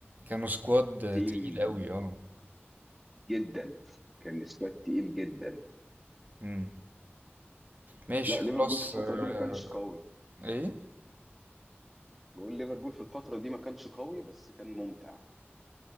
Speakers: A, on the right (about 45°); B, in the centre.
A: كانوا سكواد
B: تيم
A: تقيل قوي اه
B: جدا كان سكواد تقيل جدا
A: امم ماشي
B: لا
A: خلاص
B: ليفربول في الفتره
A: آه،
B: دي ما كانش قوي
A: ايه
B: بقول ليفربول في الفتره دي ما كانش قوي بس كان ممتع